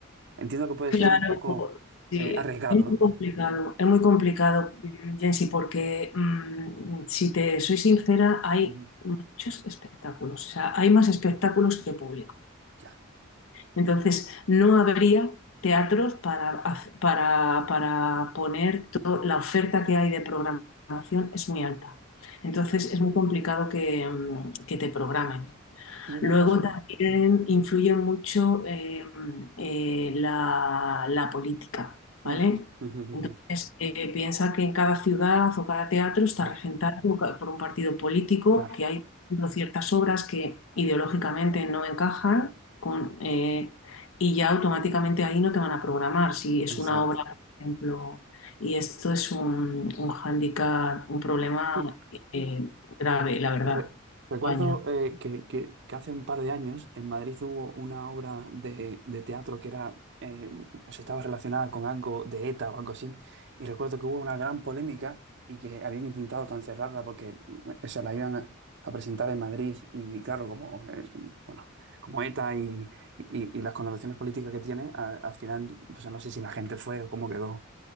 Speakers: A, on the right; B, on the left.
A: entiendo que puede
B: Claro,
A: ser un poco
B: sí,
A: eh, arriesgado,
B: es
A: ¿no?
B: muy complicado, es muy complicado, mm, Jensi, porque mm, si te soy sincera, hay
A: Ujú.
B: muchos espectáculos, o sea, hay más espectáculos que público.
A: Ya.
B: Entonces, no habría teatros para, haz- para, para poner to- la oferta que hay de programación es muy alta. Entonces, es muy complicado que, mm, que te programen.
A: Y una
B: Luego
A: cosa.
B: también influye mucho eh, eh, la, la política, ¿vale?
A: Mm. <laughs> Ujú, ujú,
B: Entonces,
A: ujú.
B: eh, piensa que en cada ciudad o cada teatro está
A: Claro,
B: regentado por un partido político,
A: claro,
B: que hay, por ejemplo, ciertas obras que ideológicamente no encajan con, eh, y ya automáticamente ahí no te van a programar. Si es
A: exacto.
B: una obra, por ejemplo, y esto es un, un hándicap, un problema
A: Sí,
B: eh, grave, la verdad,
A: Re- recuerdo
B: en España.
A: eh, que, que- que hace un par de años en Madrid hubo una obra de, de teatro que era, eh, o sea, estaba relacionada con algo de ETA o algo así, y recuerdo que hubo una gran polémica y que habían intentado cancelarla porque mm, o sea, la iban a, a presentar en Madrid y claro, como, eh, bueno, como ETA y, y- y las connotaciones políticas que tiene, a- al final, pues no sé si la gente fue o cómo quedó,